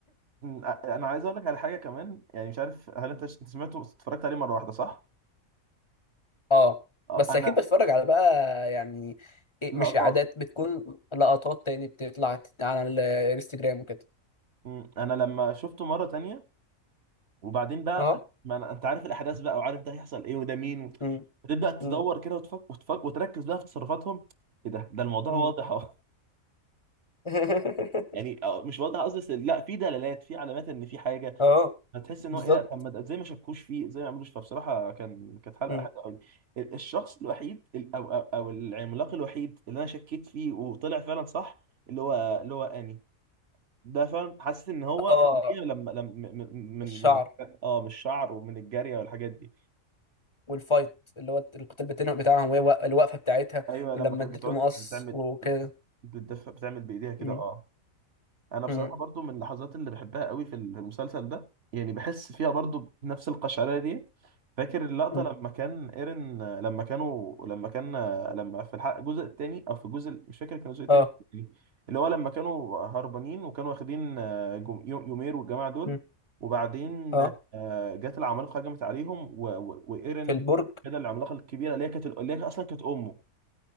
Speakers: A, on the right; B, on the left.
A: م- انا عايز اقول لك على حاجه كمان يعني مش عارف هل انت ش- انت سمعته بس اتفرجت عليه مره واحده صح
B: اه
A: آه
B: بس
A: انا
B: اكيد بتفرج على بقى يعني إيه
A: لقطات
B: مش اعادات بتكون لقطات تاني بتطلع ت- على الانستجرام وكده
A: م، انا لما شفته مره تانية وبعدين بقى
B: اه
A: ما أنا... انت عارف الاحداث بقى وعارف ده هيحصل ايه وده مين و...
B: امم
A: تبدا تدور
B: امم
A: كده وتفك... وتفك... وتركز بقى في تصرفاتهم ايه ده ده الموضوع
B: امم
A: واضح اهو
B: <laughs>
A: <laughs> يعني آه، مش واضح قصدي بس لا في دلالات في علامات ان في حاجه
B: اه
A: هتحس ان
B: بالظبط
A: هو ايه لا طب ما ده- ازاي ما شكوش فيه ازاي ما عملوش فبصراحه كان كانت حلقه
B: امم
A: حلوه قوي ال- الشخص الوحيد ال- او او او العملاق الوحيد اللي انا شكيت فيه وطلع فعلا صح اللي هو اللي هو اني ده فعلا حاسس ان هو
B: اه
A: إن هي لما لما من من
B: الشعر
A: من اه من الشعر ومن الجاريه والحاجات دي
B: والفايت اللي هو القتال بتاعهم بتاعهم وهي وا- الوقفه بتاعتها
A: ايوه
B: ولما
A: لما كانت
B: اديت
A: بتقعد
B: له مقص
A: تعمل
B: وكده
A: بتدفع بتعمل بايديها كده
B: مم.
A: اه انا بصراحه
B: مم.
A: برضو من اللحظات اللي بحبها قوي في المسلسل ده يعني بحس فيها برضو بنفس القشعريه دي فاكر اللقطه
B: مم.
A: لما كان ايرن لما كانوا لما كان لما في الحلقه الجزء الثاني او في الجزء مش فاكر كان الجزء الثاني
B: اه
A: ولا التاني، اللي هو لما كانوا هربانين وكانوا واخدين آه، جم- يو- يومير والجماعه دول
B: مم.
A: وبعدين
B: اه
A: آه، جت العمالقه هجمت عليهم و- و- وايرن
B: في البرج
A: كده العملاقه الكبيره اللي هي كانت اللي هي اصلا كانت امه